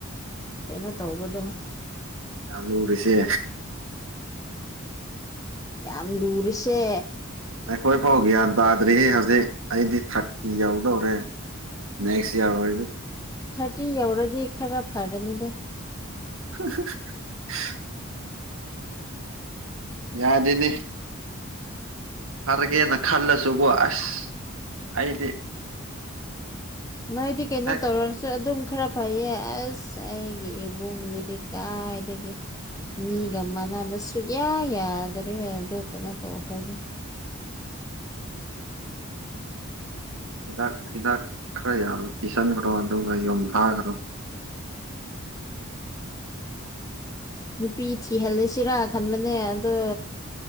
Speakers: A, on the left; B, on the right.
A: ꯑꯦꯩꯅꯣ ꯇꯧꯕꯗꯣ
B: ꯆꯂꯨ ꯎꯔꯤꯁꯦ
A: ꯌꯥꯝ ꯂꯨꯔꯁꯦ
B: ꯑꯩꯈꯣꯏ ꯐꯥꯎ ꯒ꯭ꯌꯥꯟ ꯇꯥꯗ꯭ꯔꯤ ꯍꯧꯖꯤꯛ ꯑꯩꯗꯤ ꯊꯔꯀꯤꯤ ꯌꯎꯗꯧꯔꯦ ꯅꯦꯛꯁ ꯏꯌꯥꯔ ꯑꯣꯏ
A: ꯊꯇꯤ ꯑꯦꯧꯔꯗꯤ ꯏ ꯈꯔ ꯐꯔꯅꯤꯗ
B: <unintelligible> ꯌꯥꯗꯗꯤꯅꯤ ꯐꯔꯒꯦꯅ ꯈꯜꯂꯁꯨꯕꯨ ꯑꯁ ꯑꯩꯗꯤ
A: ꯅꯣꯏꯗꯤ ꯀꯩꯅꯣ
B: ꯍꯦꯛ
A: ꯇꯧꯔꯔꯁꯨ ꯑꯗꯨꯝ ꯈꯔ ꯐꯩꯌꯦ ꯑꯁ ꯑꯩꯒꯤ ꯏꯕꯨꯡꯗꯨꯗꯤ ꯀꯥꯏꯗꯒꯤꯦ ꯃꯤꯒ ꯃꯥꯟꯅꯕ ꯁꯨꯛꯌꯥ ꯌꯥꯗ꯭ꯔꯦ ꯑ ꯀꯩꯅꯣ ꯇꯧꯈꯗꯤ
B: <inaudible> ꯍꯤꯗꯥꯛ ꯍꯤꯗꯥꯛ ꯈꯔ ꯌꯥꯝ ꯄꯤꯁꯟꯈ꯭ꯔꯣ ꯑꯗꯨꯒ ꯌꯣꯊꯥꯈ꯭ꯔꯣ
A: ꯅꯨꯄꯤ ꯊꯤꯍꯜꯂꯁꯤꯔꯥ ꯈꯟꯕꯅꯦ ꯑꯗꯣ